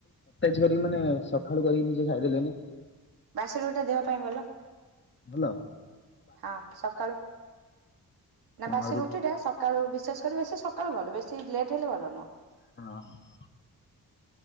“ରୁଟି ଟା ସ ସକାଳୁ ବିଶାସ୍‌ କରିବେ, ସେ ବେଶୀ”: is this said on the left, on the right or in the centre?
Right